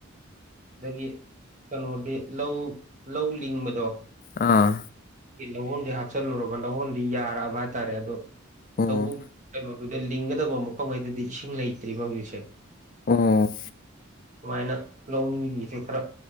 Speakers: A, on the right; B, on the left.
A: ꯑꯗꯒꯤ ꯀꯩꯅꯣꯗꯤ ꯂꯧ ꯂꯧ ꯂꯤꯡꯕꯗꯣ
B: ꯑꯥ
A: ꯂꯧꯍꯣꯟꯗꯤ ꯍꯥꯞꯆꯤꯂꯨꯔꯕ ꯂꯍꯣꯟꯗꯤ ꯌꯥꯔꯛꯑꯕ ꯍꯥꯏꯇꯔꯦ ꯑꯗꯣ
B: ꯑꯣ
A: ꯂꯧꯕꯨꯛ ꯀꯩꯅꯣꯗꯨꯗ ꯂꯤꯡꯒꯗꯕ ꯃꯐꯝꯈꯩꯗꯨꯗ ꯏꯁꯤꯡ ꯂꯩꯇ꯭ꯔꯤꯕ ꯍꯧꯖꯤꯛꯁꯦ
B: ꯑꯣ
A: ꯁꯨꯃꯥꯏꯅ ꯂꯧꯃꯤꯒꯤꯁꯨ ꯈꯔ